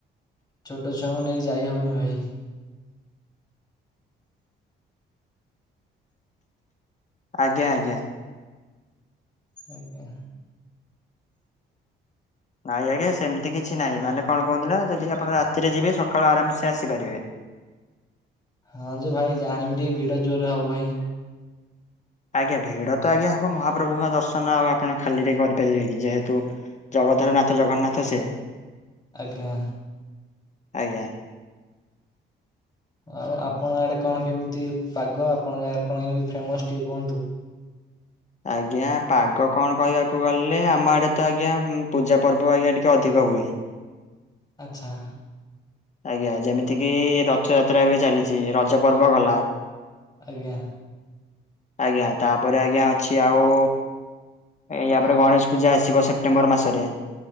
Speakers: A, on the left; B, on the left.
A: ଛୋଟ ଛୁଆଙ୍କୁ ନେଇକି ଯାଇ ହେବନି ଭାଇ।
B: ଆଜ୍ଞା ଆଜ୍ଞା।
A: ଆଜ୍ଞା।
B: ନାଇଁ ଆଜ୍ଞା ସେମିତି କିଛି ନାହିଁ। ମାନେ କଣ କୁହନ୍ତିନା ଯଦି ଆପଣ ରାତିରେ ଯିବେ ସକାଳୁ ଆରାମ୍ ସେ ଆସିପାରିବେ।
A: ହଁ ଯେ ଭାଇ। ଜାହେଲେ ବି ଟିକେ ଭିଡ଼ ଜୋର୍ ରେ ହବ ଭାଇ
B: ଆଜ୍ଞା ଭିଡ଼ ତ ଆଜ୍ଞା ହବ ମହାପ୍ରଭୁଙ୍କ ଦର୍ଶନ ଆଉ ଆପଣ ଖାଲିରେ କରିପାରିବେ କି ଯେହେତୁ ଜଗତର ନାଥ ଜଗନ୍ନାଥ
A: ଆଜ୍ଞା
B: ସେ
A: ଆଜ୍ଞା।
B: ଆଜ୍ଞା।
A: ଆଉ ଆପଣଙ୍କ ଆଡ଼େ କଣ କେମିତି ପାଗ। ଆପଣଙ୍କ ଗାଁରେକଣ କେମିତି ଫେମସ୍ ଟିକେ କୁହନ୍ତୁ?
B: ଆଜ୍ଞା ପାଗ କଣ କହିବାକୁ ଗଲେ ଆମ ଆଡ଼େ ତ ଆଜ୍ଞା ପୂଜା ପର୍ବ ଆଜ୍ଞା ଟିକେ ଅଧିକ ହୁଏ।
A: ଆଚ୍ଛା।
B: ଆଜ୍ଞା ଯେମିତି କିି ରଥଯାତ୍ରା ଏବେ ଚାଲିଛି ରଜ ପର୍ବ ଗଲା
A: ଆଜ୍ଞା।
B: ଆଜ୍ଞା ତାପରେ ଆଜ୍ଞା ଅଛି ଆଉ ୟାପରେ ଗଣେଶ ପୂଜା ଆସିବ ସେପ୍ଟେମ୍ବର ମାସରେ